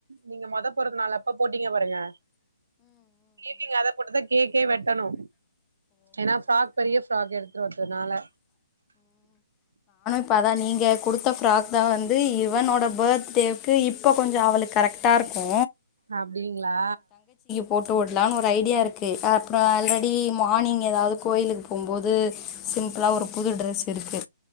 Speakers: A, on the right (about 65°); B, on the left (about 20°).
A: நீங்க மொத பொறந்த நாள் அப்ப போட்டீங்க பாருங்க ஈவினிங் அத போட்டுதா கேக் க்கே வெட்டணு ஏன்னா ஃப்ராக் பெரிய ஃப்ராக் எடுத்துருவன்ட்டனால
B: இப்பதா நீங்க குடுத்த ஃபிராக்தா வந்து இவனோட பர்டேக்கு இப்ப கொஞ்சோ அவளுக் கரெக்டாக இருக்கு
A: அப்பிடிங்களா
B: போட்டு ஓடலான்னு ஒரு ஐடியா இருக்கு அப்புறோ ஆல்ரெடி மார்னிங் ஏதாவது கோயிலுக்கு போம்போது இது சிம்பிளா ஒரு புது ட்டிரெஸ் இருக்கு